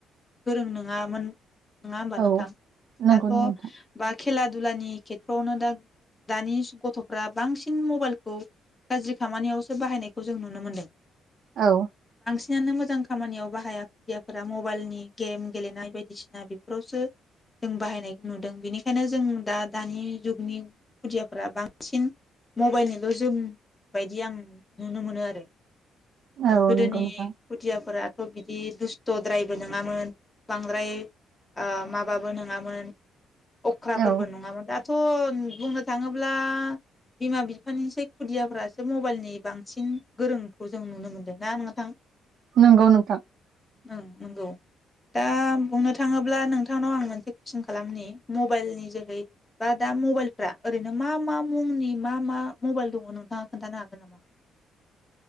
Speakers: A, on the left; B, on the right.
A: गोरों नोङामोन नङा होमबा
B: औ
A: नोंथां
B: नंगौ
A: दाथ'
B: नंगौ नोंथां
A: बाखि खेला दुलानि खेथ्र'आवनो दा दानि गथ'फ्रा बांसिन मबाइलखौ गाज्रि खामानियावसो बाहायनायखौ जों नुनो मोनदों
B: औ
A: सिनानो मोजां खामानियाव बाहाया खुदियाफोरा मबाइलनि गेम गेलेनाय बायदिसिना बेफोरावसो जों बाहायनायखौ नुदों बेनिखायनो जों दा दानि जुगनि खुदियाफोरा बांसिन मबाइलनिल' जोमबायायदि आं नुनो मोनो आरो
B: औ
A: गोदोनि
B: नंगौ नोंथां
A: खुथियाफोरा थ' बिदि दुस्थ'द्रायबो नङामोन बांद्राय ओ माबाबो नोङामोन अख्राफोरबो
B: औ
A: नङामोन दा थ' बुंनो थाङोब्ला बिमा बिफानिसै खुदियाफ्रासो मबाइलनि बांसिन गोरोंखौ जों नुनो मोनदों दा नोंथां
B: नंगौ नोंथां
A: ओं नंगौ दा बुंनो थाङोब्ला नोंथांनाव आं मोनसे कुइसन खालामनि मबाइलनि जोहै बा दा मबाइलफ्रा ओरैनो मा मा मुंनि मा मा मबाइल दङ नोंथाङा खोन्थानो हागोन नामा?